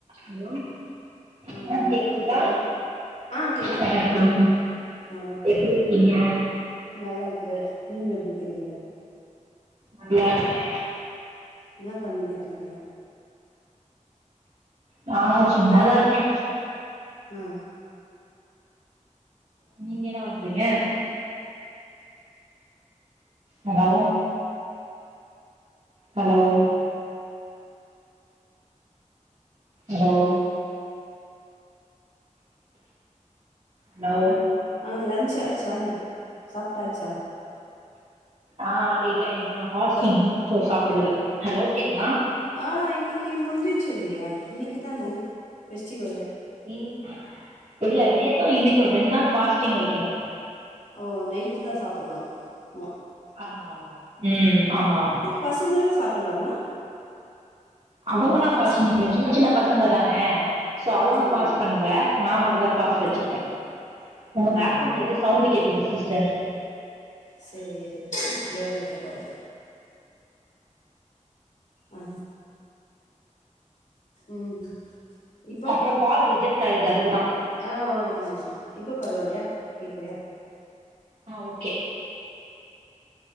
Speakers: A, on the right; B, on the left.
A: Hello
B: ஆ
A: ma'am
B: வணக்கம்
A: கேக்குதுங்களா
B: தோழி ஆ கேக்குது
A: வணக்கம்
B: கேக்குது வணக்கம்
A: எப்டி இருக்கீங்க
B: நா நல்லாருக்குற நீங்க எப்டிக்கிறீங்க
A: நல்லாருக்கே
B: என்ன பண்ணிக்குறீங்க
A: நானா சும்மாதா
B: என்ன
A: இருக்கே
B: ஆ
A: நீங்க என்ன பண்றீங்க ஹலோ ஹலோ ஹலோ ஹலோ
B: ஆ லன்ச் ஆயுச்சா என்ன சாப்ட்டாச்சா
A: ஆ இல்ல இன்னைக்கு நா ஃபாஸ்டிங்
B: ஹலோ
A: சோ சாப்புடல ஹலோ கேக்குதா
B: ஆ இன்னைக்கு முடிஞ்சுச்சு இல்லயா இன்னைக்கு தான ஃபெஸ்டிவலு
A: இன் இல்ல நேத்து இன்னைக்கு ரெண்ட் நாள் ஃபாஸ்டிங் வக்கணு
B: ஓ நைட்டு தா சாப்புட்ணு மொ
A: ஆமா ஆமா ம் ஆமா ஆமா
B: பசங்களு சாப்புட்லாமா
A: அவுங்கள்லா ஃபாஸ்டிங்
B: பசங்க
A: இல்ல சின்ன சின்ன பசங்க தான சோ அவுங்க
B: ஆ ஆம்.
A: ஃபாஸ்ட் பண்ல நா மட்டுந்தா ஃபாஸ்ட்
B: ஆ
A: வச்சிருக்க உங்க
B: ஆமாவா
A: பேக்ரவுண்ட்ல ஏதோ சவுண்டு கேக்குது சிஸ்டர்
B: சேரி இருங்க வேற எடம் போற ஆ ம் இப்போ
A: அப்புற கால் ரிஜெக்ட் ஆயிருது அதுக்குதா
B: ஆ ஆமா ஆமாமா இப்போ பரவாயில்லையா கேக்கலையா
A: ஆ ஓகே